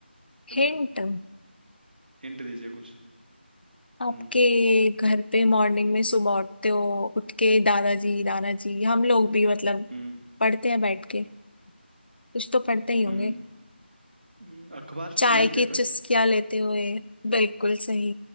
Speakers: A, on the right; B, on the left.
A: दो
B: हिंट
A: हिंट दीजिए कुछ
B: आपके
A: हम्म
B: घर पे मॉर्निंग में सुबह उठते हो उठ के दादाजी नाना जी हम लोग भी मतलब
A: हम्म
B: पढ़ते हैं बैठ के कुछ तो पढ़ते ही होंगे
A: हम्म हम्म, अखबार
B: चाय
A: न्यूज़पेपर
B: की चुस्कियां लेते हुए बिल्कुल सही